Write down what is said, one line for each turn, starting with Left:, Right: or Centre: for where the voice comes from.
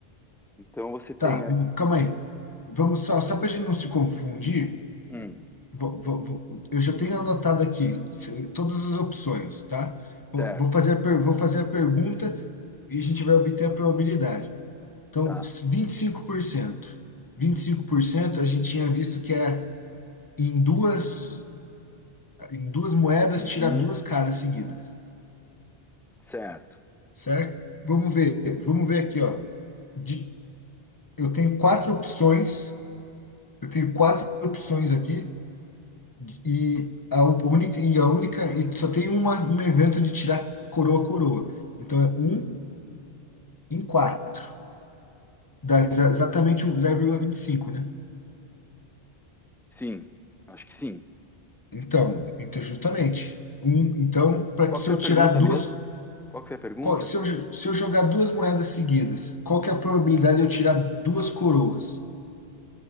Centre: Então você tem
Left: Tá,
Centre: aqui
Left: hum, calma aí. Vamos só, só para a gente não se confundir,
Centre: um,
Left: vou- vou- vou- eu já tenho anotado aqui se- todas as opções, tá? Vou
Centre: certo?
Left: vou fazer a, per- vou fazer a pergunta e a gente vai obter a probabilidade. Então,
Centre: Tá.
Left: vinte vinte e e cinco por cento, vinte e cinco por cento a gente tinha visto que é em duas, em duas moedas
Centre: Uhum,
Left: tirar duas caras seguidas,
Centre: certo.
Left: certo? Vamos ver, vamos ver aqui, ó. De- eu tenho quatro opções, eu tenho quatro opções aqui e a u- única e a única e só tem uma, um evento de tirar coroa coroa. Então é um em quatro, dá exa- exatamente o zero vírgula vinte e cinco, né?
Centre: Sim, acho que sim.
Left: Então, então justamente. Um, então, para
Centre: Qual
Left: se
Centre: que foi
Left: eu
Centre: a
Left: tirar
Centre: pergunta
Left: duas,
Centre: mesmo? Qual que foi a pergunta?
Left: qual- se eu, jo- se eu jogar duas moedas seguidas, qual que é a probabilidade de eu tirar duas coroas?